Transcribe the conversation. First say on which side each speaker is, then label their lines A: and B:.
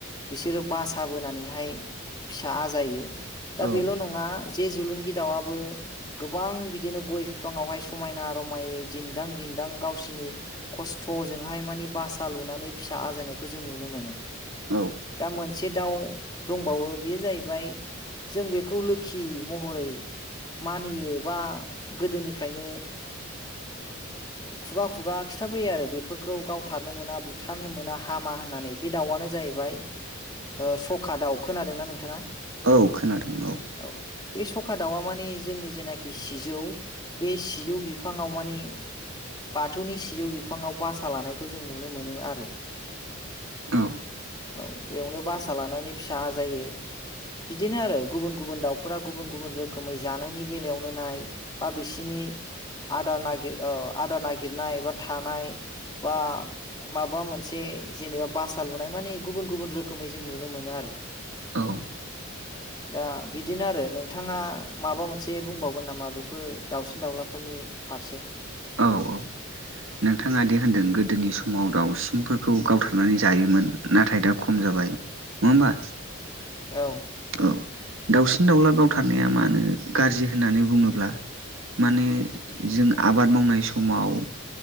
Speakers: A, on the left; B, on the right.
A: बिसोरो बासा बोनानैहाय फिसा आजायो दा
B: औ
A: बेल' नङा जे जुलुंगि दाउआबो गोबां बिदिनो गय बिफाङावहाय समायना रमायै दिन्दां दिन्दां गावसिनि खस्थ'जोंहाय माने बासा लुनानै फिसा आजायनायखौ जों नुनो मोनो
B: औ
A: दा मोनसे दाउ दंबावो बेयो जाहैबाय जों बेखौ लोखि महरै मानियो बा गोदोनिफ्रायनो खुगा खुगा खिथाबोयो आरो बेफोरखौ गाव थारनो मोना बुथारनो मोना हामा होननानै बे दाउआनो जाहैबाय सखा दाउ खोनादोंना नोंथाङा
B: औ खोनादों औ
A: औ बे सखा दाउआ मानि जोंनि जेनाखि सिजौ बे सिजौ बिफाङाव माने बाथौनि सिजौ बिफाङाव बासा लानाय खौ जों नुनो मोनो आरो
B: औ
A: औ बेयावनो बासा लानानै फिसा आजायो बिदिनो आरो गुबुन गुबुन दाउफोरा गुबुन गुबुन रोखोमै जानायनि बेलायावनो नाय बा बिसिनि आदार नागिर औ आदार नागिरनाय बा थानाय बा माबा मोनसे जेनेबा बासा लुनाय मानि गुबुन गुबुन रोखोमै जों नुनो मोनो आरो
B: औ
A: दा बिदिनो आरो नोंथाङा माबा मोनसे बुंबावगोन नामा बेफोर दाउसिन दाउलाफोरनि फारसे
B: औ औ नोंथाङादि होनदों गोदोनि समाव दावउसिनफोरखौ गावथारनानै जायोमोन नाथाय दा खम जाबाय नङा होमबा
A: औ
B: औ दाउसिन दाउला गावथारनाया माहोनो गाज्रि होननानै बुङोब्ला माने जों आबाद मावनाय समाव